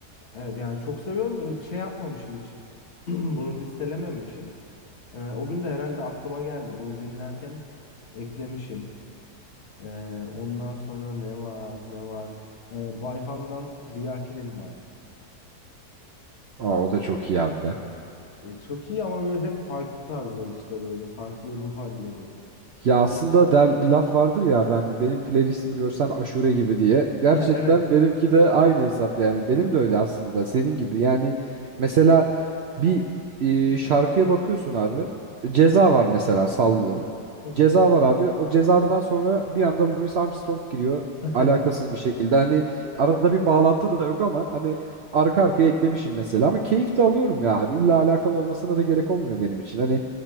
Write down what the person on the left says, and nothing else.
Evet yani çok seviyorum. Ee, Şey yapmamışım hiç. <clears throat> Bunu listelememişim. Ee, o gün de herhalde aklıma geldi. Bunu dinlerken eklemişim. Ee, ondan sonra ne var ne var. Ee, Bayhan'dan Triakinim var.
Ee, çok iyi ama böyle hep farklı tarzlar işte böyle farklı ruh halleri.
<laughs>
Evet.
Hı hı.
<laughs>